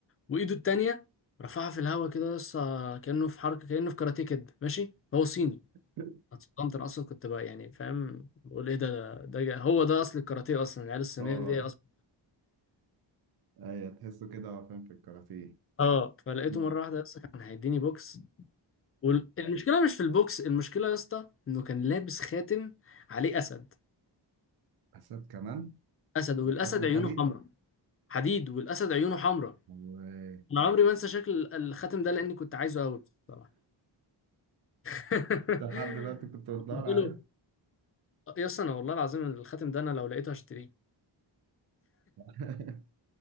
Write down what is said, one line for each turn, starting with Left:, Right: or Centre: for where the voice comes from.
Left: وايده التانية رفعها في الهواء كده لسه كأنه في حركة كأنه في كاراتيه كده ماشي هو صيني
Right: <laughs>
Left: اتصدمت انا اصلا كنت بقى يعني فاهم بقول ايه ده ده, ده هو ده اصل الكاراتيه اصلا العيال الصينية
Right: اه
Left: دي اصلا
Right: ايوه تحسه كده هو فاهم في الكاراتيه
Left: اه فلقيته
Right: أمم.
Left: مرة واحدة لسه كان هيديني بوكس والمشكلة مش في البوكس المشكلة يا اسطى انه كان لابس خاتم عليه اسد
Right: حسيت كمان
Left: اسد والاسد
Right: بخاتم
Left: عيونه
Right: حديد
Left: حمراء حديد والاسد عيونه حمراء
Right: وانت
Left: انا عمري ما انسى شكل الخاتم ده لاني كنت عايزه قوي بصراحة <laughs>
Right: لحد دلوقتي كنت بتدور
Left: قلت
Right: عليه
Left: له آه، يا اسطى انا والله العظيم الخاتم ده انا لو لقيته هشتريه
Right: <laughs>